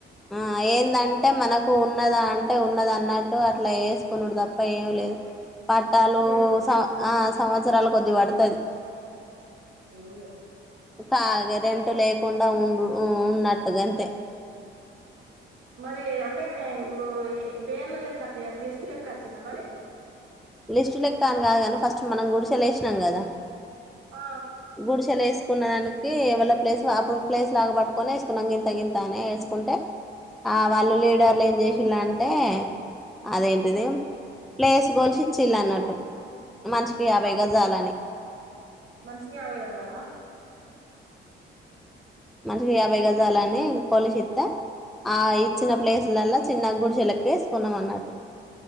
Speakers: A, in the centre; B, on the right.
A: ఆ ఏందంటే మనకు ఉన్నదా అంటే ఉన్నద అన్నట్టు అట్లా వేసుకున్నాడు తప్ప ఏమి లేదు పట్టాలు
B: అంతేనా
A: సం ఆ సంవత్సరాల కొద్ది పడుతది
B: అయ్యో
A: కారెంటు లేకుండా ఉం ఉన్నట్టుగాంతే
B: మరి అంటే ఇప్పుడు పేర్ల లెక్క వచ్చా లిస్ట్ లెక్క వచ్చిందా మరి
A: లిస్టు లెక్క కాని కాదు కానీ ఫస్ట్ మనం గుడిసెలే వసినాం కదా
B: ఆ
A: గుడిసెలు వేసుకున్న దానికి ఏవళ ప్లేస్ అప్పుడు ప్లేస్ లాగా పట్టుకొనే వేసుకున్నాం గింత గింతనే వే కుంటే ఆ వాళ్ళు లీడర్లు ఏం చేసళ అంటే అదేంటిది ప్లేస్ కోలిసి ఇచ్చిళ్ళ అన్నట్టు మనిషికి యాభైగా జాలని
B: మనషికి ఆయావేగ అదాలా
A: మనషి అభైగాజాలాని కోలుషత్తా ఆ ఇచ్చిన ప్లేసులల చిన్న గుడి చిలకిసుకున్నాం అన్నట్టు